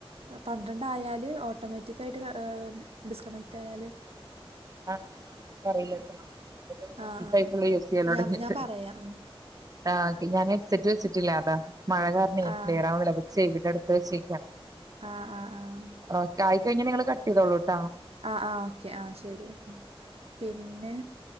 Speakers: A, on the right (about 80°); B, on the right (about 35°).
A: പന്ത്രണ്ടായാല് ഒ ട്ടോമാറ്റിക്കായിട്ട് ഡിസ്കണക്റ്റ് ആയാലും
B: ആഹ പറയിലാട്ടോ ഞാൻ ഏതായാലും കുറച്ചുസയിട്ടുള്ളു
A: ആഹ് ആഹ്
B: യൂസ് ചെയ്യല് തുടങ്ങിട്ട്
A: ഞാൻ ഞാൻ പറയാ ഉം
B: ആ പിന്നെ ഞാന് സെറ്റ് വെച്ചിറ്റില്ല അതാ മഴ കാരണ
A: ആഹ്
B: ക്ലിയറാവണില്ല പ്പൊ ചെവീടടുത്ത് വചേക്ക
A: ആഹ് ആഹ് ആഹ്
B: ഓ കെ ആയികഴിഞ്ഞ നിങ്ങള് കട്ട് ചെയ്തോള്ളൂ ട്ടാ
A: ആഹ ആഹ ഓക്കെ ആഹ ശെരി ആ പിന്നെ